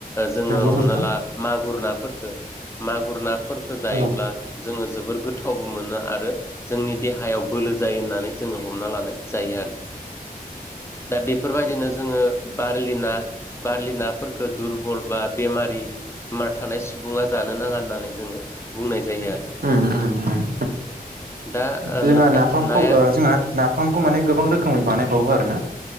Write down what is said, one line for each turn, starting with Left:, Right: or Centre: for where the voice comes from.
Left: जोङो
Right: नंगौ
Left: हमना
Right: नोंथां
Left: ला मागुर नाफोरखो मागुर ना फोर जायोब्ला
Right: औ
Left: जोङो जोबोर गोथावबो मोनो आरो जोंनि देहायाव बोलो जायो होननानै जोङो हमना लानाय जायो आरो। दा बेफोरबायदिनो जोङो बारलि ना बारलि नाफोरखौ दुरबल बा बेमारि बेमार थानाय सुबुङा जानो नाङा होननानै जोङो बुंनाय जायो आरो
Right: उम उम उम ।
Left: <inaudible> ओ
Right: जोंहा नाफामखौ
Left: नाया
Right: जोंहा नाफामखौ माने
Left: औ
Right: गोबां रोखोमै बानायबावो आरो ना